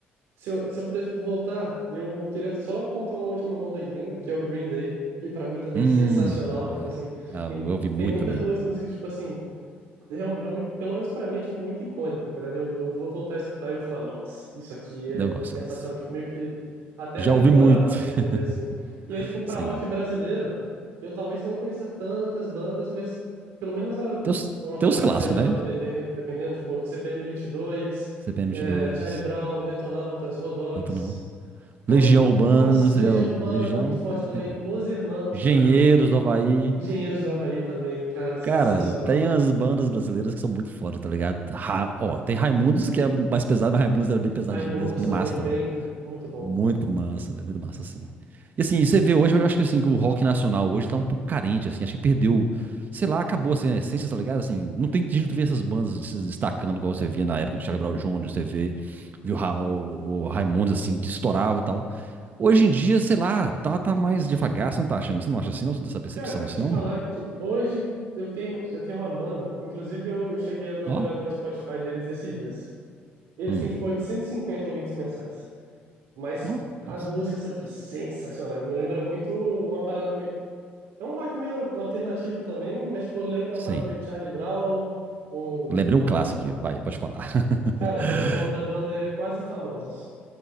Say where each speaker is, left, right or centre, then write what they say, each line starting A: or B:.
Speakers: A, on the right; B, on the right.
A: Se eu, se eu puder, tipo, voltar, eu, eu queria só apontar uma última banda gringa, que é o Green Day, que pra mim também
B: Hum,
A: é sensacional. Tipo
B: já,
A: assim,
B: já
A: tem,
B: eu ouvi muito
A: tem muitas
B: também,
A: mús-
B: viu?
A: músicas, tipo assim. real- realmente, pelo menos pra mim, é tipo muito icônico, tá ligado? Eu, eu vou voltar a escutar e vou falar, nossa, isso aqui é
B: Eu gosto,
A: sensacional,
B: eu gosto.
A: tipo meio que até
B: Já
A: atemporal,
B: ouvi muito.
A: eu diria
B: <laughs>
A: assim. E aí, tipo, pra
B: Sim.
A: rock brasileiro, eu talvez não conheça tantas bandas, mas pelo menos a,
B: Tem os,
A: uma
B: tem
A: parada
B: os
A: tipo,
B: clássicos,
A: mais jovem,
B: né?
A: depen- dependendo, tipo CPM 22,
B: cpm
A: é,
B: dois,
A: Charlie Brown, Detonautas, Rodox.
B: tanto não.
A: Pô,
B: Legião Urbana,
A: nossa,
B: você
A: Legião
B: já ouviu?
A: Urbana
B: Legião,
A: muito forte
B: tem que
A: também,
B: ouvir, velho.
A: Los Hermanos
B: Engenheiros
A: pra mim,
B: do Havaí.
A: Engenheiros do Havaí também, cara, sensacional.
B: Cara, tem umas bandas brasileiras que são muito foda, tá ligado? Ra- ó, tem Raimundos, que é mais pesado, mas Raimundos era bem pesadinho
A: Raimundos
B: mesmo, mas
A: também,
B: é massa também.
A: bem, muito bom,
B: Muito
A: pô.
B: massa, velho, muito massa, assim. E assim, e você vê hoje, eu acho que assim, que o rock nacional hoje tá um pouco carente, assim, acho que perdeu, sei lá, acabou assim, a essência, tá ligado? Assim, não tem, a gente não vê essas bandas se destacando igual você via na época do Charlie Brown Jr., você vê, viu Ra- o, o Raimundos, assim, que estourava
A: Uhum.
B: e tal. Hoje em dia, sei lá, tá, tá mais devagar, você não tá achando, você não acha assim, não? Você não tem essa percepção
A: Cara,
B: assim,
A: te
B: não?
A: falar que hoje eu tenho, eu tenho uma banda. Inclusive, eu, eu cheguei a dar
B: Ó,
A: uma olhada no Spotify deles esses dias. Eles
B: hum,
A: têm, tipo, 850 ouvintes mensais. Mas
B: ó, nossa.
A: as músicas são, tipo, sensacionais. Me lembra muito uma parada meio. É um rock meio alternativo também, mas, tipo, lembra
B: Sim,
A: uma parada meio Charlie Brown, ou
B: lembrei
A: talvez
B: um clássico
A: um. po-
B: aqui, vai, pode falar. <laughs>
A: Cara, é- o nome da banda é Quase Famosas.